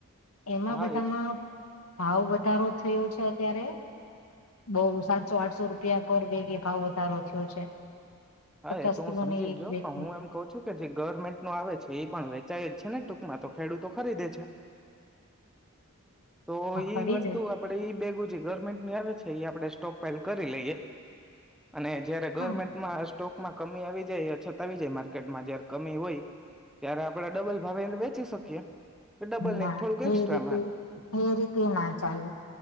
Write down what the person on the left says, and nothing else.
એમાં
બધામાં
ભાવ વધારો થયો છે, અત્યારે બહુ સા તસો આઠસો રૂપિયા પર બેગે ભાવ વધારો થ્યો છે.
પચાસ
કિલો
ને એક
બેગ
હા ખરીદે
હા
ના
એ રીતે
એ રીતે ના ચાલે